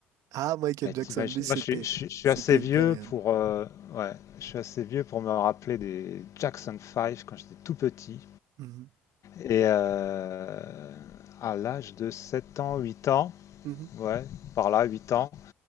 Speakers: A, on the right (about 60°); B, on the left (about 50°).
A: Ah, Michael
B: Et
A: Jackson,
B: t'imagines,
A: lui, c'était,
B: moi je suis, je suis- je suis
A: c'était
B: assez vieux
A: une période.
B: pour, euh, ouais, je suis assez vieux pour me rappeler des Jackson 5 quand j'étais tout petit.
A: Mhm.
B: Et euh, à l'âge de 7 ans, 8 ans,
A: Mhm.
B: ouais, par là, 8 ans.